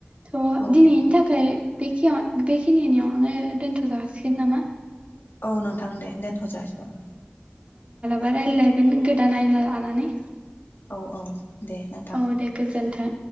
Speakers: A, on the right; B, on the left.
A: थ'
B: औ
A: दिनैनि थाखाय बे खेआव बेख खिनिनियावनो दोन्थ'जागासिगोन नामा?
B: औ नोंथां दे दोनथ' जाासिगोन।
A: बा रायलायगोन गोदान आयदा लानानै।
B: औ औ। दे नोंथां
A: औ दे गोजोन्थों।